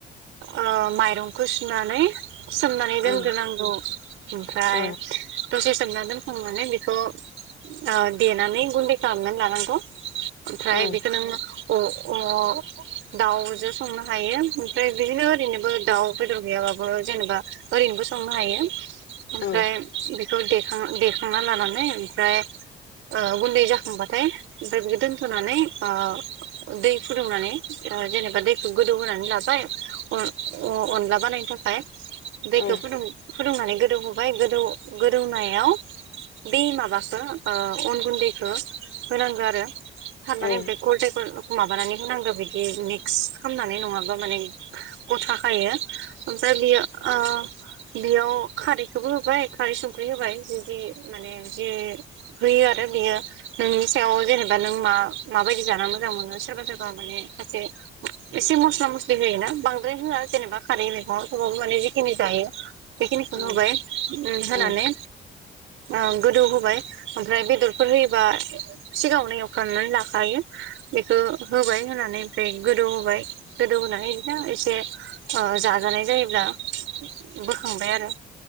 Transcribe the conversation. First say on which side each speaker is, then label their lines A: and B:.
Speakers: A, on the right (about 85°); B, on the left (about 70°).
A: ओ माइरंखौ सुनानै सोमनानै दोनग्रोनांगौ
B: औ
A: उम। ओमफ्राय
B: औ
A: दसे सोमना दोनखांनानै बेखौ ओ देनानै गुन्दै खालामनानै लानांगौ। ओमफ्राय
B: औ
A: बेखो नों अ अ दाउजो संनो हायो ओमफ्राय बिदिनो ओरैनोबो दाउ बेदर गैयाबाबो जेनेबा ओरैनोबो संनो हायो। ओमफ्राय
B: औ
A: बिख बेखौ देखां देखांना लानानै ओमफ्राय ओ गुन्दै जाखांबाथाय ओमफ्राय बेखो दोनथनानै ओ दै फुदुंनानै ओ जेनेबा दैखो गोदौहोनानै लाबाय अ-अ-अनला बानायनो थाखाय। दैखो
B: औ
A: फुदुं फुदुंनानै गोदौहो ओफाय गोदौ-गोदौनायाव बे माबाखो अन गुन्दैखो होनांगो आरो। हाबनानै
B: औ
A: ओमफाय गलदेखर माबानानै होनांगो बिदि मिक्स खालामनानै नङाबा माने गथाखायो। ओमफ्राय बियो ओ बियाव खारैख बेखोबो होबाय खारै सुंख्रि होबाय जुदि माने जि होयो आरो बियो नोंनि सायाव जेनेबा नों मा माबायदि जाना मोजां मोनो सोरबा सोरबा माने खायसे एसे मस्ला मस्लि होयोना बांद्राय होआ जेनेबा खारै मैगंङाव थेबाबो माने जिखिनि जायो। बेखिनिखो
B: औ
A: होबाय। उम होनानै
B: औ
A: ओ गोदौहोबाय ओमफ्राय बेदरफोर होयोबा सिगाङावनो एवफ्रामनानै लाखायो बेखो होबाय होनानै ओमफ्राय गोदौ होबाय गोदौहोनानै बिदिनो एसे ओ जाजानाय जायोब्ला बोखांबाय आरो